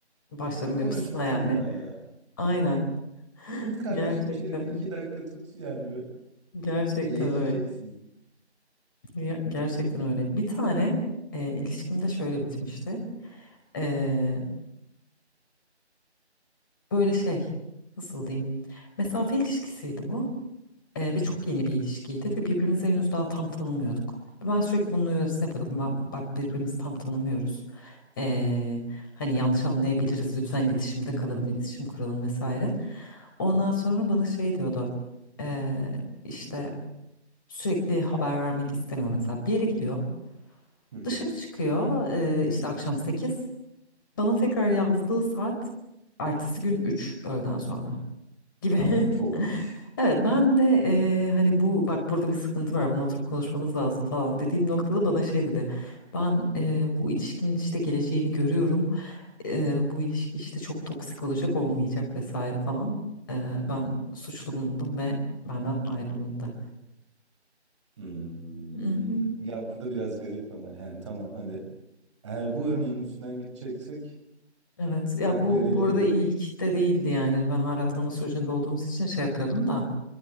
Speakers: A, on the left (about 20°); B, on the right (about 25°).
A: başlarım
B: Ya konuşup
A: yapısına yani.
B: durma ya.
A: Aynen.
B: Tut kardeşim
A: Gerçekten.
B: çeneni. iki dakika tut yani ve
A: Gerçekten
B: eğileceksin.
A: öyle. Ya- Gerçekten öyle. Bir tane e, ilişkim de şöyle bitmişti. E, böyle şey nasıl diyeyim? Mesafe ilişkisiydi bu.
B: <laughs>
A: E, ve
B: Hı
A: çok
B: hı,
A: yeni bir ilişkiydi ve birbirimizi henüz daha tam tanımıyorduk. Ben sürekli bunun uyarısını yapıyordum. Ben- bak birbirimizi tam tanımıyoruz. E, hani yanlış anlayabiliriz. Lütfen iletişimde kalalım,
B: hı hı,
A: iletişim kuralım vesaire. Ondan sonra bana şey diyordu. E, işte sürekli haber vermek istemiyor mesela. Bir yere gidiyor.
B: hı hı.
A: Dışarı çıkıyor eee, işte akşam 8. Bana tekrar yazdığı saat ertesi gün 3 öğleden sonra gibi.
B: O çokmuş.
A: <laughs> Evet ben de eee, hani bu bak burada bir sıkıntı var bunu oturup konuşmamız lazım falan dediğim noktada bana şey dedi. Ben eee, bu ilişkinin işte geleceğini görüyorum. Eee, bu ilişki işte çok toksik olacak olmayacak vesaire falan. Eee,
B: Hı hı.
A: ben suçlu bulundum ve benden ayrılındı.
B: Hmm.
A: Mhm.
B: Ya burada biraz garip ama yani tamam hadi. Eğer bu örneğin üstünden gideceksek
A: Evet ya
B: hak
A: bu
B: verebiliyorum.
A: bu arada ilk de değildi yani Hani ben hala tanıma sürecinde olduğumuz için şey yapıyordum da